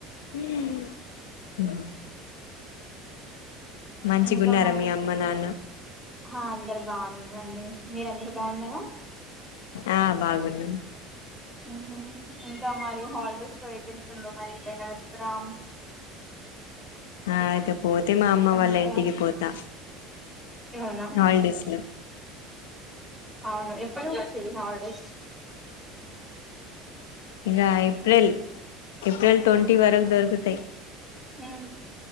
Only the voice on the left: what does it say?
ఉమ్ ఉహూ మంచిగున్నారా
మీ అమ్మ నాన్న
ఆ బాగున్నా
హా అయితే పోతే మా అమ్మ
వాళ్ళ ఇంటికి
పోతా
హాలిడేస్ లో
ఇగ ఏప్రిల్ ఏప్రిల్ ట్వంటీ వరకు దొరుకుతాయి